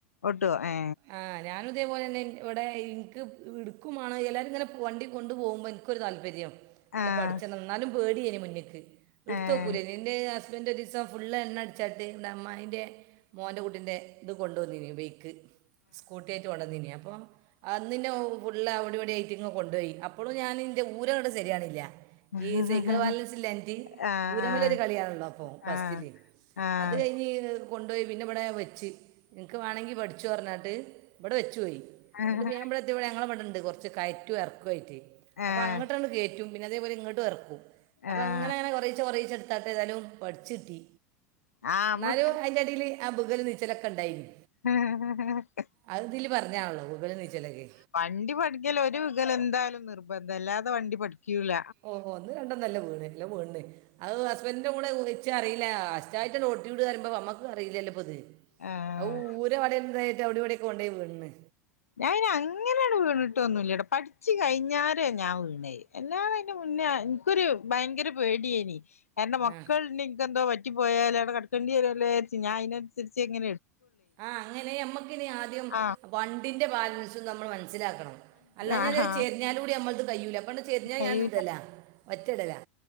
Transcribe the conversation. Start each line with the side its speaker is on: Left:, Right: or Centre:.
Left: ഒട്ടോ ഏ
Right: ആഹ് ഞാനും ഇതേപോലെ തന്നെ ഇവിടെ ഇനിക്ക് ഇടുക്കും മാണം എല്ലാവരും ഇങ്ങനെ വണ്ടി കൊണ്ടു പോകുമ്പോ ഒരു താല്പര്യം
Left: ആഹ്
Right: പഠിച്ചണംന്നാലും പേടിയേനി മുന്ന്ക്ക് ഇട്ത്തക്കൂലെനി
Left: ഏഹ്
Right: എന്റെ ഹസ്ബൻറ് ഒരീസം ഫുളള് എണ്ണ അടിച്ചാട്ട് ഇന്ന അമായിന്റെ മോന്റെ കുട്ടിന്റെ ഇത് കൊണ്ടുവന്നീ ബൈക്ക് സ്കൂട്ടി ആയിട്ട് കൊണ്ടുവന്നീന് അപ്പൊ അന്നിന്നെ ഫുള്ള് അവിടെ ഇവിടെ ഐറ്റിങ്ങനെ കൊണ്ടുപോയി അപ്പോളും ഞാനിന്റെ ഊര ഇങ്ങട്ട് ശരിയാണില്ല
Left: ആഹ്
Right: ഈ സൈക്കിൾ ബാലൻസ് ഇല്ലാഞ്ഞിട്ട് ഈ
Left: ആഹ്
Right: ഊരമലൊരു കളിയാണല്ലോ അപ്പൊ ഫസ്റ്റില്
Left: ആഹ് ആഹ്
Right: അത് കഴിഞ്ഞ് കൊണ്ടൊയി പിന്നെ ഇവിടെ വെച്ച് നിനക്ക് വേണമെങ്കി പഠിച്ചോ പറഞ്ഞുങ്ങാണ്ട് ട്ട് ഇവിടെ വെച്ചു പോയി
Left: ആഹ്
Right: എന്നിട്ട് പിന്നെ <unintelligible> ഞങ്ങളെ വിടെ ഉണ്ട് കൊറച്ച് കയറ്റം ഇറക്കം ആയിറ്റ് അപ്പൊ
Left: ആഹ്
Right: അങ്ങട്ട് കേറ്റും രുഭിനൻ്റെ പോലെ ഇങ്ങട്ടുർക്കും അപ്പ
Left: ആഹ്
Right: ങ്ങനെങ്ങനെ കൊറേചേ കൊറേചേ ത്താത്ത എതാലും പട്ച്ചിട്ടി
Left: ആഹ് നമ്മള്
Right: ന്നാലു ഐന്റെ ടേല് ആഹ് ബുക്കലും നീച്ചലൊക്കെണ്ടായ്ന്ന്
Left: ഹ്ഹ്ഹ്ഹ്ഹ്
Right: അഅ്തില് പറഞ്ഞാൺല്ലോ വിഗലും നിച്ചലൊക്കെ
Left: വണ്ടി പഠിക്കൽ ഒര് വിങ്കലന്തായലും നിർബന്ധല്ലാതെ വണ്ടി പഠിക്യൂല
Right: ഓഹോ ഒന്നു രണ്ടൊന്നല്ല വീണ് ല്ല വീൺണ് അഅ് ഹസ്ബൻന്റിന്റെ കൂടെ പോയിറ്റ റീല്ലാ ഫസ്റ്റായിട്ടന്ന് ഓട്യൂട് റിമ്പോ വമ്മക്ക് അറിലല്ലോ പ്പത്
Left: ആഹ്
Right: ഔ ഊര വളൻതായ്റ്റ വിടെവിടെക്കെ കൊണ്ടയി വീൺണ്
Left: ഞാൻ അങ്ങനെയങ് വീണിട്ടൊന്നു ഇല്ലട്ടൊ പഠിച്ചു കഴിഞ്ഞരേ ഞാൻ വീണേ എല്ലാ ഇന്റെ മുന്നേ ൻക്കൊരു ഭയങ്കര പേടിയെനി കാര്ണം മക്കൾൻക്കന്താ
Right: ആ
Left: പ റ്റി പോയാലാവടെ കടക്കണ്ടിരോല്ലോ യാര്ച് ഞായ്നൻസരിച്ങ്ങടു
Right: ആഹ് അങ്ങനെ നമ്മക്കിനി ആദ്യം
Left: ആഹ്
Right: വണ്ടിന്റെ ബാലൻസും നമ്മൾ മൻ സ്സിലാക്കണം അല്ലാഞ്ഞാ
Left: ആഹ്
Right: അത് ചെയ്യാ ഞ്ഞാലൂടി നമ്മൾത് കയൂലഅപ്പണ്ട് ചെരിഞ്ഞയ്ഞാൺടലാ
Left: കയ്യൂല
Right: ഒറ്റടലാ